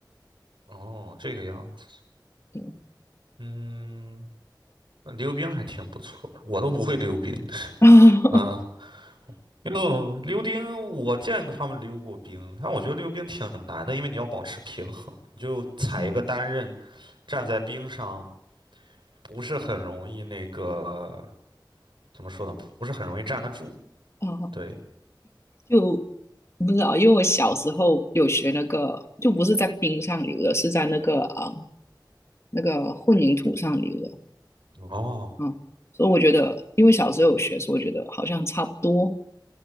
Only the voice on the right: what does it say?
哦，这个样子，
嗯，那溜冰还挺不错的，我都不会溜冰 <laughs>
啊。溜溜冰，我见过他们溜过冰，但我觉得溜冰挺难的，因为你要保持平衡，你就踩一个单刃，
站在冰上不是很容易那个，怎么说呢？不是很容易站得住。
对，
哦，